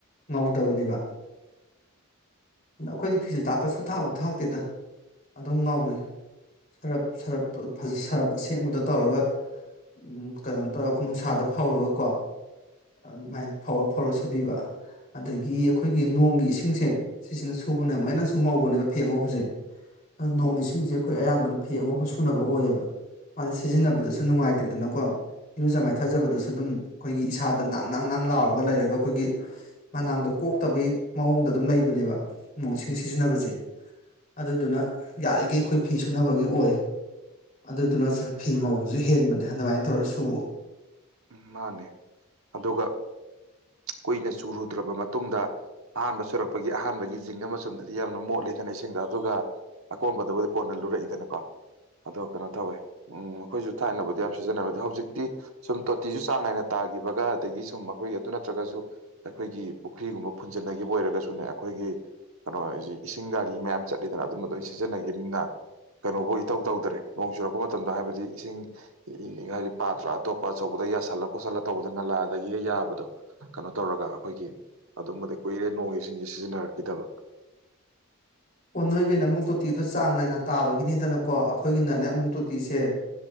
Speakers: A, on the left; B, on the right.
A: ꯉꯧꯗꯕꯅꯦꯕ ꯑꯗ ꯑꯩꯈꯣꯏꯗꯤ ꯐꯤꯁꯦ ꯇꯥꯛꯀ ꯁꯨꯝ ꯊꯥꯛꯐ ꯊꯥꯛꯇꯦꯗ ꯑꯗꯨꯝ ꯉꯥꯎꯋ ꯁꯔꯞ ꯁꯞꯖ ꯁꯔꯞ ꯑꯁꯦꯡꯕꯗ ꯇꯧꯔꯒ ꯎꯝ ꯀꯩꯅꯣ ꯇꯧꯔꯒ ꯑꯩꯈꯣꯏ ꯅꯨꯡꯁꯥꯗ ꯐꯥꯎꯔꯒ ꯀꯣ ꯑꯗꯨꯃꯥꯏꯅ ꯐꯧꯔ ꯐꯧꯔ ꯁꯨꯕꯤꯕ ꯑꯗꯒꯤ ꯑꯩꯈꯣꯏꯒꯤ ꯅꯣꯡꯒꯤ ꯏꯁꯤꯡꯁꯦ ꯁꯤꯁꯤꯅ ꯁꯨꯕꯅꯦ ꯃꯣꯏꯅꯁꯨ ꯉꯧꯕꯅꯦꯕ ꯐꯦꯡꯉꯧꯕꯁꯦ ꯑ ꯅꯣꯡ ꯏꯁꯤꯡꯁꯦ ꯑꯩꯈꯣꯏ ꯑꯌꯥꯝꯕꯅ ꯐꯤ ꯑꯃꯐ ꯁꯨꯅꯕ ꯑꯣꯏꯌꯦꯕ ꯃꯥꯗꯤ ꯁꯤꯖꯤꯟꯅꯕꯗꯁꯨ ꯅꯨꯡꯉꯥꯏꯇꯦꯗꯅꯀꯣ ꯏꯔꯨꯖ ꯃꯥꯏꯊꯖꯕꯗꯁꯨ ꯑꯗꯨꯝ ꯑꯩꯈꯣꯏꯒꯤ ꯏꯁꯥꯗ ꯥꯡ ꯡ ꯅꯥꯡ ꯂꯥꯎꯔꯒ ꯂꯩꯔꯒ ꯑꯩꯈꯣꯏꯒꯤ ꯃꯅꯥꯛꯗ ꯀꯣꯛꯇꯕꯩ ꯃꯑꯣꯡꯗ ꯑꯗꯨꯝ ꯂꯩꯕꯅꯦꯕ ꯅꯣꯡ ꯏꯁꯤꯡ ꯁꯤꯖꯤꯟꯅꯕꯁꯦ ꯑꯗꯨꯗꯨꯅ ꯌꯥꯔꯤꯈꯩ ꯑꯩꯈꯣꯏ ꯐꯤ ꯁꯨꯅꯕꯒꯤ ꯑꯣꯏ ꯑꯗꯨꯗꯨꯅꯁꯨ ꯐꯤ ꯉꯧꯕꯁꯨ ꯍꯦꯟꯕꯅꯦ ꯑꯗꯨꯃꯥꯏꯅ ꯇꯧꯔ ꯁꯨꯋ
B: ꯎ ꯃꯥꯅꯦ ꯑꯗꯨꯒ ꯀꯨꯏꯅ ꯆꯨꯔꯨꯗ꯭ꯔꯕ ꯃꯇꯨꯡꯗ ꯑꯍꯥꯟꯕ ꯁꯨꯔꯛꯄ ꯑꯩꯈꯣꯏꯒꯤ ꯑꯍꯥꯟꯕꯒꯤ ꯖꯤꯡ ꯑꯃ ꯆꯗꯗꯤ ꯌꯥꯝꯅ ꯃꯣꯠꯂꯤꯗꯅ ꯏꯁꯤꯡꯗ ꯑꯗꯨꯒ ꯑꯀꯣꯝꯕꯗꯕꯨꯗꯤ ꯀꯣꯟꯅ ꯂꯨꯔꯛꯏꯗꯅꯀꯣ ꯑꯗꯣ ꯀꯩꯅꯣ ꯇꯧꯋꯦ ꯎꯝ ꯑꯩꯈꯣꯏꯁꯨ ꯊꯥꯏꯅꯕꯗꯤ ꯌꯥꯝ ꯁꯤꯖꯤꯟꯅꯕ ꯑꯗꯣ ꯍꯧꯖꯤꯛꯇꯤ ꯁꯨꯝ ꯇꯣꯇꯤꯁꯨ ꯆꯥꯡ ꯅꯥꯏꯅ ꯇꯥꯈꯤꯕꯒ ꯑꯗꯒꯤ ꯁꯨꯝ ꯑꯩꯈꯣꯏꯒꯤ ꯑꯗꯨ ꯅꯠꯇ꯭ꯔꯒꯁꯨ ꯑꯩꯈꯣꯏꯒꯤ ꯄꯨꯈ꯭ꯔꯤꯒꯨꯝꯕ ꯐꯨꯟꯖꯟꯅꯈꯤꯕ ꯑꯣꯏꯔꯒꯁꯨꯅꯦ ꯑꯩꯈꯣꯏꯒꯤ ꯀꯩꯅꯣꯁꯤ ꯏꯁꯤꯡ ꯒꯥꯔꯤ ꯃꯌꯥꯝ ꯆꯠꯂꯤꯗꯅ ꯑꯗꯨꯝ ꯑꯗꯨꯣꯏꯅ ꯁꯤꯖꯤꯟꯅꯈꯤꯕꯅꯤꯅ ꯀꯩꯅꯣꯕꯨ ꯏꯇꯧ ꯇꯧꯗ꯭ꯔꯦ ꯅꯣꯡ ꯆꯨꯔꯛꯄ ꯃꯇꯝꯗ ꯍꯥꯏꯕꯗꯤ ꯏꯁꯤꯡ ꯍꯥꯏꯗꯤ ꯄꯥꯠꯇ꯭ꯔꯥ ꯑꯇꯣꯞꯄ ꯑꯄ ꯑꯆꯧꯕꯗ ꯌꯥꯁꯜꯂ ꯈꯣꯠꯁꯤꯜꯂ ꯇꯧꯕꯗꯨ ꯅꯂꯥꯗꯒꯤꯒ ꯌꯥꯕꯗꯣ ꯀꯩꯅꯣ ꯇꯧꯔꯒ ꯑꯩꯈꯣꯏꯒꯤ ꯑꯗꯨꯝꯕꯗꯤ ꯀꯨꯏꯔꯦ ꯅꯣꯡꯒꯤ ꯁꯤꯡꯁꯦ ꯁꯤꯖꯤꯟꯅꯔꯛꯈꯤꯗꯕ
A: ꯑꯣ ꯅꯣꯏꯒꯤꯅꯦ ꯑꯃꯨꯛ ꯇꯣꯇꯤꯗꯨꯣ ꯆꯥꯡ ꯅꯥꯏꯅ ꯇꯥꯕꯒꯤꯅꯤꯗꯅꯀꯣ ꯑꯩꯈꯣꯏꯒꯤꯅꯅꯦ ꯑꯃꯨꯛ ꯇꯣꯇꯤꯁꯦ